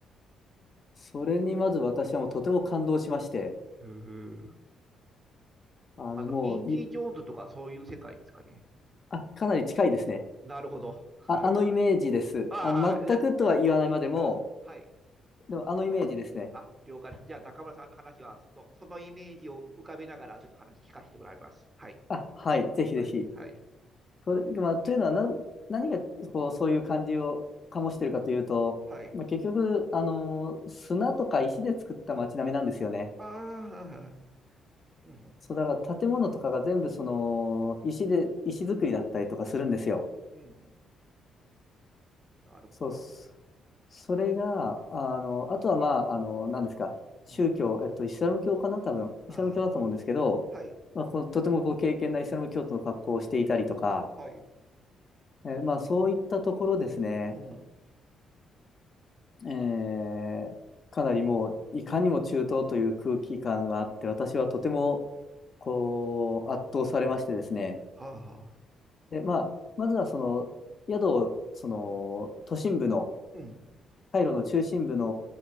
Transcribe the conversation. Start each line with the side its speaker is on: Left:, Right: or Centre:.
Left: それにまず私はもうとても感動しまして、
Right: はいはいはいはいうんうんうんはいはいうー
Left: あのもうい、
Right: あの、インディ・ジョーンズとかそういう世界ですかね。
Left: あ、かなり近いですね。
Right: なるほど。<laughs>
Left: あ、あのイメージです。
Right: ああ、
Left: あの全くとは言わないまでも、
Right: いや、うんはい。
Left: でもあのイメージですね。
Right: あ、了解です。じゃあ、中村さんの話は、その、そのイメージを浮かべながら、ちょっと話聞かせてもらいます。はい。
Left: あ、はい、ぜひぜひ。
Right: はい。はい。
Left: それ、まあ、というのはな、何がこうそういう感じを醸してるかというと、
Right: はい。
Left: まあ、結局、あのー砂とか石で作った街並みなんですよね。
Right: ああ、はいうん。
Left: そう、だから建物とかが全部その石で、石造りだったりとかするんですよ。
Right: うん。なるほど。
Left: そうっす、そそれが、あの、あとはまあ、あの、何ですか、宗教、
Right: うん。
Left: えっと、イスラム教かな、多分、
Right: あ
Left: イスラム教だと思うんですけど、
Right: あ、はい。
Left: まあ、こうとてもこう敬虔なイスラム教徒の格好をしていたりとか、
Right: はい。
Left: えーまあ、そういったところですね。
Right: うん。
Left: えーかなりもういかにも中東という空気感があって私はとてもこう圧倒されましてですね
Right: はあ、はあ。
Left: で、まあ、まずはその宿をその都心部の
Right: うん。
Left: カイロの中心部の